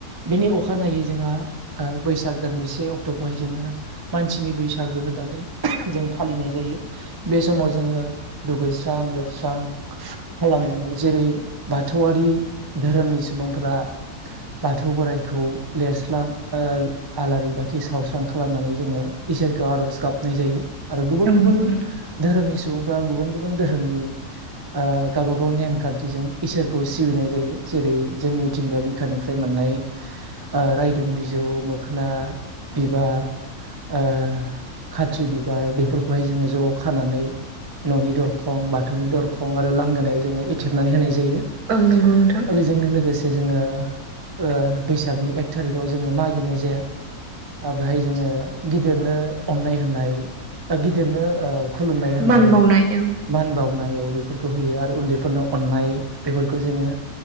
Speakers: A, on the right; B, on the right.
A: बिनि अखा नायै जोंहा बैसाग दाननि से अक्ट'खौहाय जोङो मानसिनि बैसागो होनानै जों फालिनाय जायो बे समाव जोङो दुगैस्रां लोबस्रां खालामनानै जेरै बाथौआरि धोरोमनि सुबुंफोरा बाथौ बोराइ खौ लेस्लां ओ आलारि बाथि सावस्रां खालामनानै जोङो इसोरखौ आर'ज गाब गाबनाय जायो आरो गुबुन
B: औ
A: गुबुन
B: नंगौ नोंथां
A: धोरोमनि सुबुंफ्रा गुबुन गुबुन धोरोमनि ओ गावबा गाव नेमखान्थिजों इसोरखौ सिबिनाय जायो जेरै जों मिथिंगाया बिखानिफ्राय मोननाय ओ रायदों बिजौ मोखोना बिबार ओ खाथ्रि बिबार बेफोरखौहाय जोङो ज' खानानै न'नि दरखं बाथ थौनि दरखं आरो लांगोनायाव जोङो एथेबनानै होनाय जायो आरो
B: औ नंगौ नोंथां
A: बेजोंनो लोगोसे जे जोङो ओ बैसागनि एक थारिखआव जोङो मागिनाय जाया ओ बेहाय जोङो गिदिरनो अननाय होननाय ओ गिदिरनो ओ खुलुमनाय होननाय
B: मान बावनाय औ
A: मान बाव बेफोरखौ होयो आरो उन्दैफोरनो अननाय बेफोरखौ जोङो